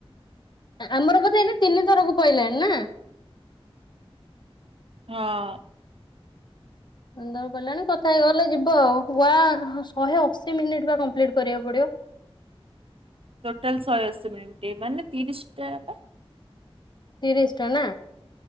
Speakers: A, on the left (about 50°); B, on the right (about 65°).
A: ଆମର ବୋଧେ ଏଇ ନା ତିନିଥରକୁ ପଇଲାଣି ନା।
B: ହଁ।
A: ବନ୍ଦର ଗଲାଣି କଥା ହେଇ ଗଲେ ଯିବ ଆଉ ଆ ଶହେ ଅଶୀ ମିନିଟ ବା କମ୍ପ୍ଲିଟ କରିବାକୁ ପଡିବ।
B: ଟୋଟାଲ ଶହେଅଶି ମିଣ୍ଟ ମାନେ ତିରିଶ ଟା ବା।
A: ତିରିଶ ଟା ନା?